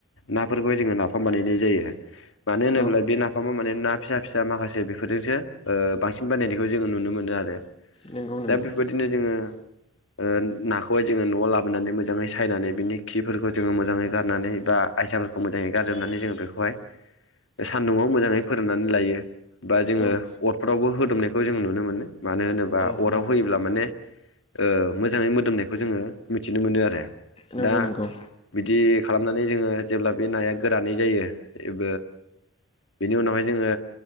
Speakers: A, on the left; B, on the left.
A: नाफोरखौ जोङो नाफाम बानायनाय जायो मानो होनोब्ला
B: औ
A: बे ना फामा माने ना फिसा फिसा माखासे बेफोरजोंसो ओ बांसिन बानायनायखौ जोङो नुनो मोनो आरो।
B: नंगौ नंगौ
A: दा बेबायदिनो जोङो ओ नाखौहाय जोङो न'आव लाबोनानै मोजाङै सायनानै बिनि खिफोरखौ जोङो मोजाङै गारनानै बा आयसाफोरखौ मोजाङै गारजोबनानै जोङो बेखौहाय सान्दुंआव मोजाङै फोराननानै लायो बा जोङो
B: औ
A: अरफोरावबो होदोमनायखौ जों नुनो मोनो। मानो होनोबा
B: औ
A: अराव
B: औ
A: होयोब्ला माने ओ मोजाङै मोदोमनायखौ जोङो मिथिनो मोनो आरो।
B: नंगौ
A: दा
B: नंगौ।
A: बिदि खालामनानै जोङो जेब्ला बे नाया गोरानै जायो बेनि उनावहाय जोङो